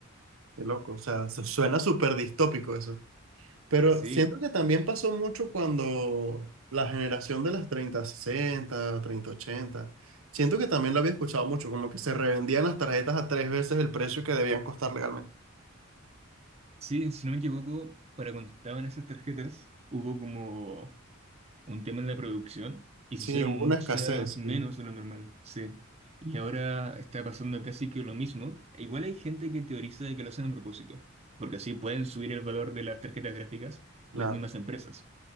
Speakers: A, on the right; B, on the right.
A: Qué loco, o sea, su- suena súper distópico eso. Pero
B: Sí,
A: siento que también pasó mucho cuando la generación de las treinta sesenta treinta ochenta siento que también lo había escuchado mucho, como que se revendían las tarjetas a tres veces el precio que debían costar legalmente.
B: sí, si no me equivoco, para cuando estaban esas tarjetas hubo como un tema en la producción y
A: Sí,
B: se hicieron
A: hubo
B: muchas
A: una escasez,
B: menos
A: sí,
B: de lo normal, sí. Y ahora está pasando casi que lo mismo. E Igual hay gente que teoriza de que lo hacen a propósito, porque así pueden subir el valor de las tarjetas gráficas
A: claro,
B: las mismas empresas.